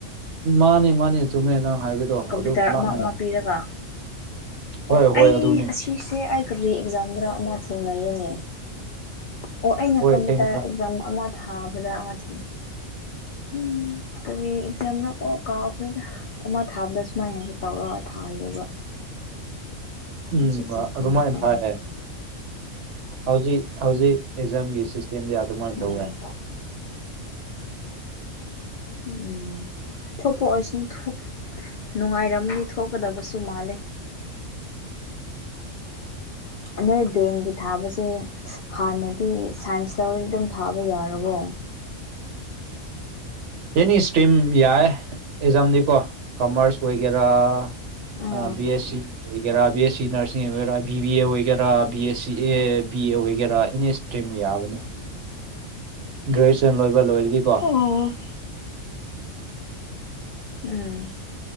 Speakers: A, on the right; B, on the left.
A: ꯃꯥꯅꯤ ꯃꯥꯅꯤ ꯆꯨꯝꯃꯦ ꯅꯪ ꯍꯥꯏꯕꯗꯣ
B: ꯀꯝꯄ꯭ꯌꯨꯇꯔ
A: ꯑꯗꯨ ꯉꯥꯛꯅꯤ
B: ꯑꯃ ꯑꯃ ꯄꯤꯔꯒ
A: ꯍꯣꯏ
B: ꯑꯣ
A: ꯍꯣꯏ
B: ꯑꯩ
A: ꯑꯗꯨꯅꯤ
B: ꯑꯁꯤꯁꯦ ꯑꯩꯒ ꯔꯤ ꯑꯦꯛꯖꯥꯝꯗ ꯑꯃ ꯊꯦꯡꯅꯩꯌꯦꯅꯦ ꯑꯣ ꯑꯩꯅ
A: ꯍꯣꯏ
B: ꯀꯝꯄ꯭ꯌꯨꯇꯔ
A: ꯊꯦꯡꯅꯔ
B: ꯑꯦꯛꯖꯥꯝ ꯑꯃ ꯊꯥꯕꯗ ꯑꯃ ꯊꯦꯡꯅ ꯎꯝ ꯀꯔꯤ ꯑꯦꯛꯖꯥꯝꯅꯅꯥ ꯀꯣ ꯀꯥꯈꯣꯏꯒ ꯑꯃ ꯊꯥꯕꯗ ꯁꯨꯃꯥꯏꯅ ꯇꯧꯔꯒ ꯊꯥꯍꯜꯂꯦꯕ
A: ꯎꯝ
B: ꯑꯆꯥ ꯆꯥ ꯈꯪꯉꯦ
A: ꯑꯗꯨꯃꯥꯏꯅ
B: ꯈꯪꯉꯦ
A: ꯍꯥꯏꯌꯦꯦ ꯍꯧꯖꯤꯛ ꯍꯧꯖꯤꯛ ꯑꯦꯛꯖꯝꯒꯤ ꯁꯤꯁꯇꯦꯝꯗꯤ ꯑꯗꯨꯃꯥꯏꯅ
B: ꯎꯝ
A: ꯇꯧꯋꯦ
B: ꯎꯝ ꯊꯣꯛꯄꯑꯣꯏꯁꯤꯅ ꯊꯣꯛ ꯅꯨꯡꯉꯥꯏꯔꯝꯗꯤ ꯊꯣꯛꯀꯗꯕꯁꯨ ꯃꯥꯜꯂꯦ ꯅꯣꯏ ꯕꯦꯡꯒꯤ ꯊꯥꯕꯁꯦ ꯍꯥꯟꯅꯗꯤ ꯁꯥꯏꯟꯁ ꯂꯧꯔꯗꯤ ꯑꯗꯨꯝ ꯊꯥꯕ ꯌꯥꯔꯕꯣ
A: ꯑꯦꯅꯤ ꯏꯁꯇ꯭ꯔꯤꯝ ꯌꯥꯏ ꯑꯦꯛꯖꯥꯝꯗꯤꯀꯣ ꯀꯃꯔꯁ ꯑꯣꯏꯒꯦꯔꯥ
B: ꯎꯝ
A: ꯑ ꯕꯤ ꯑꯦꯁ ꯁꯤ ꯑꯣꯏꯒꯦꯔꯥ ꯕꯤ ꯑꯦꯁ ꯁꯤ ꯅꯔꯁꯤꯡ ꯑꯣꯏꯒꯦꯔꯥ ꯕꯤ ꯕꯤ ꯑꯦ ꯑꯣꯏꯒꯦꯔꯥ B S C A B ꯑꯦꯒꯦꯔꯥ ꯑꯦꯅꯤ ꯑꯦꯁ ꯄ꯭ꯔꯤꯝꯃꯨ ꯌꯥꯕꯅꯤ ꯒ꯭ꯔꯦꯖꯨꯑꯦꯁꯟ ꯂꯣꯏꯕ ꯂꯣꯏꯔꯗꯤꯀꯣ
B: ꯑꯣ ꯎꯝ